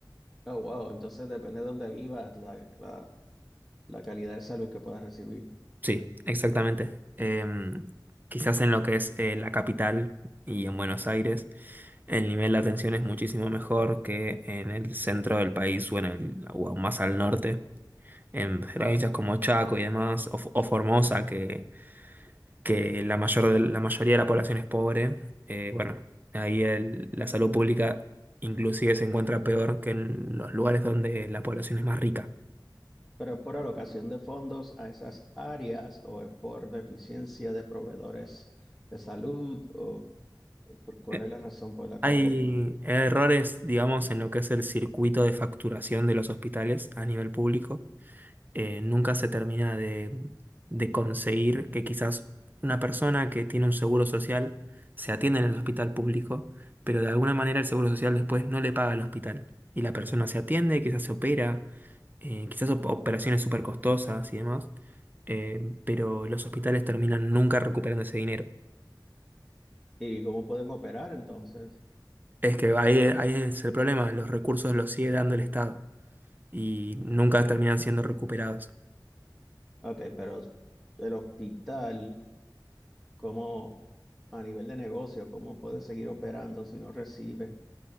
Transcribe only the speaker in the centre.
Oh, wow. Entonces depende de dónde vivas, la, la la calidad de salud que puedas recibir.
pero es por alocación de fondos a esas áreas o es por deficiencia de proveedores de salud o por- cuál
es la razón por la
cual el...
y cómo pueden operar entonces.
Ok, pero el hospital, ¿cómo a nivel de negocio, cómo puede seguir operando si no recibe